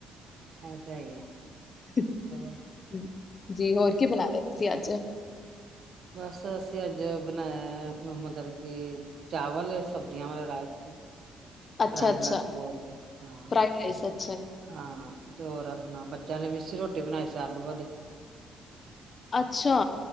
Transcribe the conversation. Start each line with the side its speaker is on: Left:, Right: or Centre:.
Right: ਇਹ ਤਾਂ ਹੈ ਹੀ ਹੈ
Left: ਜੀ <unintelligible>
Right: ਚਲੋ
Left: ਹੋਰ ਕੀ ਬਣਾ ਲਹੇ ਤੁਸੀਂ ਅੱਜ?
Right: ਬਸ ਅਸੀਂ ਅੱਜ ਬਣਾਇਆ ਮਤਲਬ ਕਿ ਚਾਵਲ ਸਬਜ਼ੀਆਂ ਵਾਲੇ ਰਾਈਸ।
Left: ਅੱਛਾ,
Right: ਫਰਾਈੰਗ
Left: ਅੱਛਾ।
Right: ਰਾਈਸ ਬੋਲਦੇ ਆ। ਹਾਂ।
Left: <inaudible>
Right: ਹਾਂ, ਤੇ ਹੋਰ ਆਪਣਾ ਬੱਚਿਆਂ ਨੇ ਮਸੀ ਰੋਟੀ ਰੋਟੀ ਬਣਾਈ ਸੀ ਆਲੂ ਵਾਲੀ।
Left: ਅੱਛਾ।